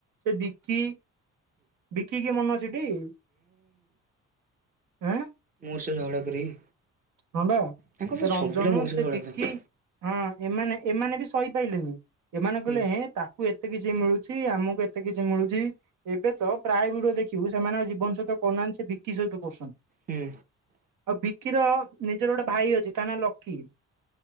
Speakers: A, on the right; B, on the right.
A: ସେ ବିକି ବିକି କିଏ ମନେ ଅଛି ଟି <inaudible> ଆଁ ହଁ
B: ମୋର ସହ ଝଗଡ଼ା କରେକି
A: ବା
B: ତାଙ୍କର
A: ସେ
B: ତ
A: ରଞ୍ଜନ
B: ସବୁ ପିଲା ମୋର ସହ
A: ସେ
B: ଝଗଡ଼ା
A: ବିକି।
B: କରନ୍ତି।
A: ହଁ ଏମାନେ ଏମାନେ ବି ସହିପାଇଲେନି ଏମାନେ କହିଲେ
B: ହୁଁ
A: ହେ ତାକୁ ଏ ଏତେ କିଛି ମିଳୁଛି ଆମକୁ ଏତେ କିଛି ମିଳୁଛି। ଏବେ ତ ପ୍ରାୟମ ଦେଖିବୁ ସେମାନେ ଆଉ ଜୀବନ ସହିତ କରୁନାହାନ୍ତି ସେ ଭିକି ସହିତ କରୁଛନ୍ତି।
B: ହୁଁ
A: ଆଉ ବିକିର ନିଜର ଗୋଟେ ଭାଇ ଅଛି ତା ନା ଲକି।